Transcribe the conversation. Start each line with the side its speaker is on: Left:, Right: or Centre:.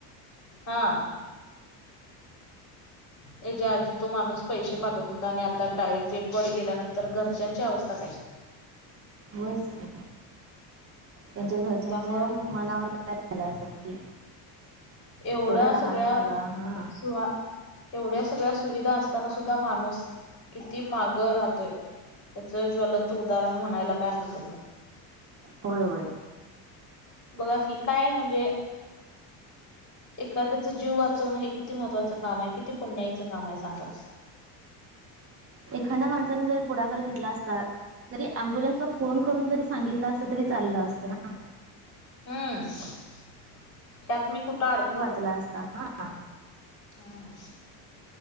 Left: हा याच्या आधी तो माणूस पैसे पाठवत होता आणि आता डायरेक्ट डेड बॉडी गेल्यानंतर घरच्यांची अवस्था काय?
Right: होयच कि त्यांच्या घरच्यांच्या
Left: त्यामुळं
Right: मनावर काय झालं असेल की
Left: एवढा
Right: लहान
Left: सगळ्या
Right: मुलगा हा
Left: सुहा एवढ्या सगळ्या सुविधा असताना सुद्धा माणूस किती माग राहतोय त्याचं ज्वलंत उदाहरण म्हणायला काय हरकत नाही.
Right: होय होय
Left: बघा की काय म्हणजे? एखाद्याच जीव वाचवणं हे किती महत्त्वाचं काम आहे किती पुण्याईच काम आहे सांगा
Right: एखाद्या माणसाने जरी पुढाकार घेतला असतात. जरी अम्बुलन्सला फोन करून जरी सांगितलं अस तरी चाललं असतं. हा
Left: हम्म यात मी कुठं अडकू
Right: अ <unintelligible> स असता ह
Left: हम्म